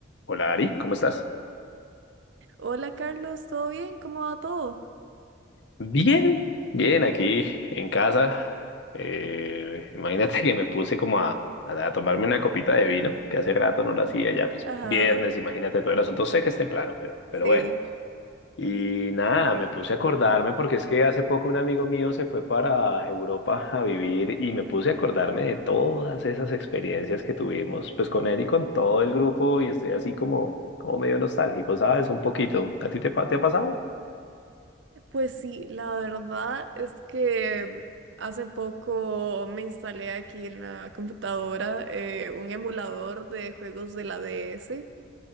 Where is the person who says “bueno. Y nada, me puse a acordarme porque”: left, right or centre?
Left